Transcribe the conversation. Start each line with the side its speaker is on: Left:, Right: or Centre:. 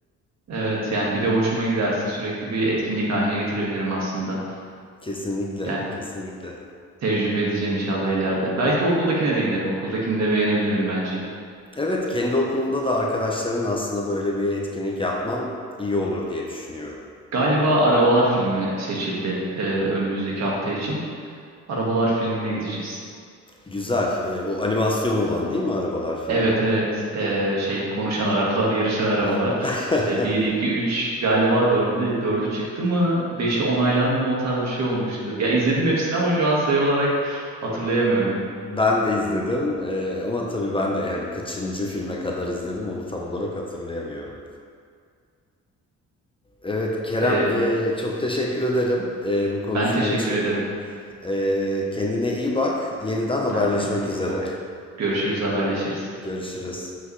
Right: Evet yani bir de hoşuma giderse sürekli bir etkinlik haline getirebilirim aslında.
Left: <laughs> Kesinlikle,
Right: Yani
Left: kesinlikle.
Right: tecrübe edeceğim inşallah ileride. Belki okuldakine de giderim. Okuldakini de beğenebilirim bence.
Left: Evet, kendi okulunda da arkadaşların aslında böyle bir etkinlik yapman iyi olur diye düşünüyorum.
Right: Galiba Arabalar filmi seçildi e, önümüzdeki hafta için. Arabalar filmine gideceğiz.
Left: Güzel. E, bu animasyon olan değil mi Arabalar filmi?
Right: Evet evet E, şey konuşan arabalar, <laughs> yarışan arabalar.
Left: Ha. <laughs>
Right: İşte bir iki üç galiba dördü dördü çıktı mı? beşi onaylandı mı o tarz bir şey olmuştu. Ya izledim hepsini ama şu an sayı olarak hatırlayamıyorum.
Left: Ben de izledim. E, ama tabii ben de yani kaçıncı filme kadar izledim onu tam olarak hatırlayamıyorum. Evet Kerem
Right: E,
Left: eee, çok teşekkür ederim eee, bu konuşma
Right: ben teşekkür
Left: için.
Right: ederim.
Left: Eee, kendine iyi bak. Yeniden haberleşmek
Right: Sen de kendine iyi
Left: üzere.
Right: bak. Görüşürüz, haberleşiriz.
Left: Görüşürüz.